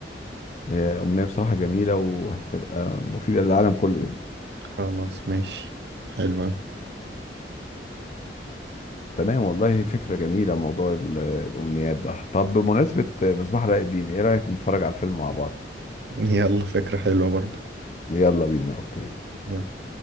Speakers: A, on the left (about 40°); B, on the right (about 65°).
A: هي أمنية بصراحة جميلة وهتبقى مفيدة للعالم كله يعني
B: خلاص ماشي حلوة
A: تمام والله فكرة جميلة موضوع ال- الأمنيات ده طب بمناسبة مصباح علاء الدين إيه رأيك نتفرج على الفيلم مع بعض؟
B: يلا فكرة حلوة برضه
A: يلا بينا أوكي
B: يلا.